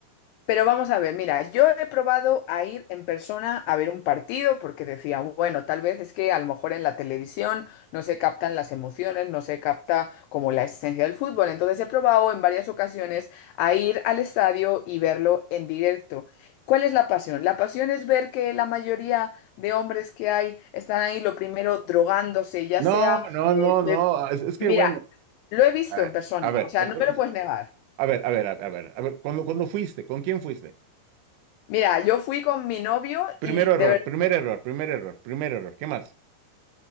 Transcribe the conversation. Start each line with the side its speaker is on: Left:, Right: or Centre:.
Left: Pero vamos a ver, mira, yo he probado a ir en persona a ver un partido porque decía, bueno, tal vez es que a lo mejor en la televisión no se captan las emociones, no se capta como la esencia del fútbol. Entonces he probado en varias ocasiones a ir al estadio y verlo en directo. ¿Cuál es la pasión? La pasión es ver que la mayoría de hombres que hay están ahí, lo primero, drogándose, ya
Right: No,
Left: sea,
Right: no,
Left: eh,
Right: no, no.
Left: de-
Right: Es, es que
Left: mira,
Right: bueno,
Left: lo he visto
Right: a ver,
Left: en persona,
Right: a ver,
Left: o sea,
Right: a ver,
Left: no me lo puedes negar.
Right: a ver, a ver, a ver, a ver, cuando, cuando fuiste, ¿con quién fuiste?
Left: Mira, yo fui con mi novio
Right: Primero
Left: y
Right: error,
Left: de verdad
Right: primer error, primer error, primer error. ¿Qué más?